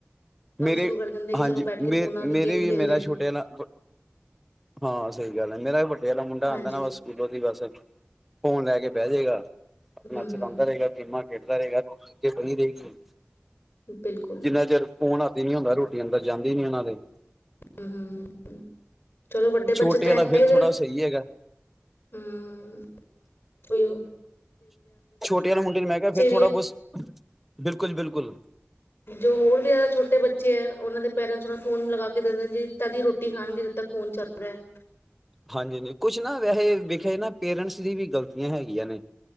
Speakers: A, on the left (about 75°); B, in the centre.
A: ਕੰਮ
B: ਮੇਰੇ
A: ਸ਼ੁਰੂ ਕਰ ਦਿੰਦੇ ਕਿ
B: ਹਾਂਜੀ
A: ਚਲੋ ਬੈਠ ਕੇ ਫੋਨਾਂ
B: ਮੇ
A: ਤੇ
B: ਮੇਰੇ
A: ਗੇਮ
B: ਵੀ,
A: ਖੇਲਦੇ
B: ਮੇਰਾ ਛੋਟੇ
A: ਆ
B: ਵਾਲਾ ਵ ਹਾਂ। ਸਹੀ ਗੱਲ ਹੈ ਮੇਰਾ ਵੀ ਵਡ ਵੱਡੇ ਵਾਲਾ ਮੁੰਡਾ
A: ਹਾਂਜੀ
B: ਆਉਂਦਾ ਨਾ, ਬਸ ਸਕੂਲੋਂ ਦੀ ਬਸ ਫੋਨ ਲੈ ਕੇ ਬਹਿ ਜੇਗਾ। ਅਪਣਾ
A: ਹਮ
B: ਚਲਾਂਦਾ
A: ਹਮ
B: ਰਹੇਗਾ ਗੇਮਾ ਖੇਡਦਾ ਰਹੇਗਾ, ਸਿਹਤ ਬਨਣੀ ਰਹੇਗੀ।
A: ਬਿਲਕੁਲ
B: ਜਿੰਨਾ ਚਿਰ ਫੋਨ ਹੱਥ ਚ ਨੀ ਹੁੰਦਾ। ਰੋਟੀ ਅੰਦਰ ਜਾਂਦੀ ਨੀ ਇਹਨਾਂ ਦੇ
A: ਹਮ- ਹਮ। ਚਲੋ ਵੱਡੇ
B: ਛੋਟੇ
A: ਬੱਚੇ ਤਾਂ
B: ਵਾਲਾ
A: ਹੈ।
B: ਫਿਰ ਥੋੜਾ ਸਹੀ ਹੈਗਾ
A: ਹਮ, ਓਹੀਓ
B: ਛੋਟੇ ਵਾਲੇ ਮੁੰਡੇ ਨੂੰ ਮੈਂ ਕਿਹਾ- ਫੇਰ
A: ਵੀ
B: ਥੋੜਾ
A: ਹੈ
B: ਬਹੁਤ ਬਿਲਕੁਲ- ਬਿਲਕੁਲ।
A: ਜੋ ਹੋਰ ਵੀ ਜ਼ਿਆਦਾ ਛੋਟੇ ਬੱਚੇ ਹੈ। ਉਹਨਾਂ ਦੇ ਪੇਰੈਂਟਸ ਉਹ ਫੋਨ ਲਗਾ ਕੇ ਦੇਨ ਜੀ ਤਦੀ ਰੋਟੀ ਖਾਣਗੇ। ਜਦ ਤੱਕ ਫੋਨ ਚੱਲ ਰਿਹਾ ਹੈ।
B: ਹਾਂਜੀ- ਹਾਂਜੀ ਕੁਛ ਨਾ ਵੈਸੇ ਵੇਖਿਆ ਨਾ ਪੇਰੈਂਟਸ ਦੀ ਵੀ ਗ਼ਲਤੀਆਂ ਹੈਗੀਆਂ ਨੇ।